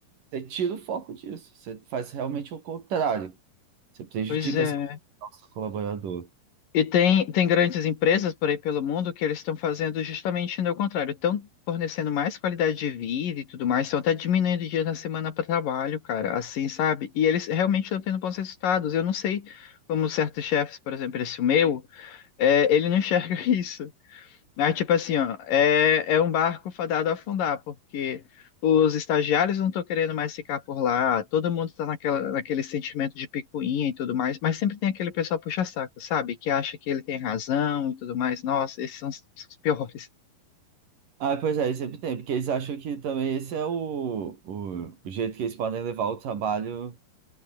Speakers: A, on the right (about 65°); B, on the left (about 70°).
A: você tira o foco disso. Você faz realmente o contrário. Você prejudica
B: Pois é.
A: essa- nosso colaborador.
B: E tem, tem grandes empresas por aí pelo mundo que eles estão fazendo justamente o contrário. Estão fornecendo mais qualidade de vida e tudo mais, estão até diminuindo dias na semana para trabalho, cara, assim, sabe? E eles realmente estão tendo bons resultados. Eu não sei como certos chefes, por exemplo, esse meu, é, ele não enxerga <laughs> isso. Mas, tipo assim, ó, é, é um barco fadado a afundar, porque os estagiários não estão querendo mais ficar por lá, todo mundo está naquela, naquele sentimento de picuinha e tudo mais, mas sempre tem aquele pessoal puxa-saco, sabe? Que acha que ele tem razão e tudo mais. Nossa, esses são os, são os piores.
A: Ah, pois é, sempre tem, porque eles acham que também esse é o, o, o jeito que eles podem levar o trabalho,